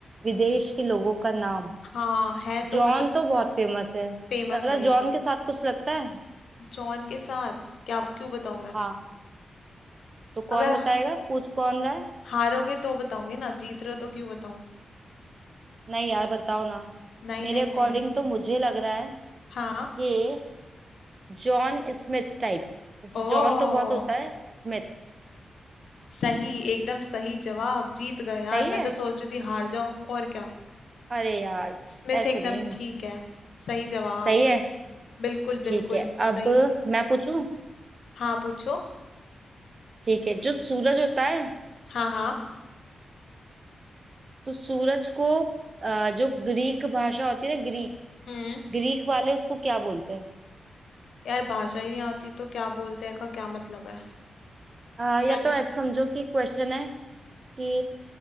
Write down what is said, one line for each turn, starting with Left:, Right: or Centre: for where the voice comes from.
Right: विदेश के लोगों का नाम
Left: हाँ है तो
Right: जॉन
Left: मतलब
Right: तो बहुत फेमस है
Left: फेमस
Right: मतलब
Left: है
Right: जॉन
Left: ये तो
Right: के साथ कुछ लगता है
Left: जॉन के साथ क्या क्यों बताऊं मैं
Right: हाँ तो कौन
Left: अगर
Right: बताएगा पूछ कौन रहा
Left: हारोगे तो बताऊंगी ना जीत रहे हो तो क्यों बताऊं
Right: नहीं यार बताओ ना
Left: नहीं
Right: मेरे
Left: नहीं
Right: अकॉर्डिंग
Left: नहीं
Right: तो मुझे लग रहा है
Left: हाँ
Right: कि जॉन स्मिथ टाइप जैसे
Left: ओ
Right: जॉन तो बहुत होता है स्मिथ
Left: सही एकदम सही जवाब जीत गए यार
Right: सही
Left: मैं
Right: है
Left: तो सोच रही थी हार जाओ और क्या
Right: अरे यार
Left: स्मिथ
Right: ऐसे
Left: एकदम
Right: नहीं
Left: ठीक है सही जवाब
Right: सही है
Left: बिल्कुल
Right: ठीक
Left: बिल्कुल
Right: है अब
Left: सही
Right: मैं पूछूं
Left: हाँ पूछो
Right: ठीक है जो सूरज होता है
Left: हाँ हाँ
Right: तो सूरज को अ, जो ग्रीक भाषा होती है ना ग्रीक
Left: हम्म
Right: ग्रीक वाले उसको क्या बोलते हैं
Left: यार भाषा ही नहीं आती तो क्या बोलते हैं का क्या मतलब है
Right: अ,
Left: क्या
Right: या तो ऐसे समझो कि क्वेश्चन है कि